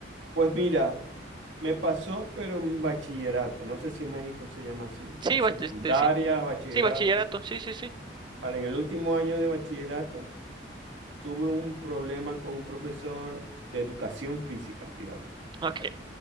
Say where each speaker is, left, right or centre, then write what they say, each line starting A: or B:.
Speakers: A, on the right (about 90°); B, on the right (about 25°).
A: Pues mira, me pasó, pero en bachillerato, no sé si en México se llama así,
B: Sí,
A: o secundaria,
B: bach- este, sí,
A: bachillerato.
B: sí, bachillerato, sí, sí, sí.
A: Vale, en el último año de bachillerato tuve un problema con un profesor de educación física, fíjate.
B: Ok.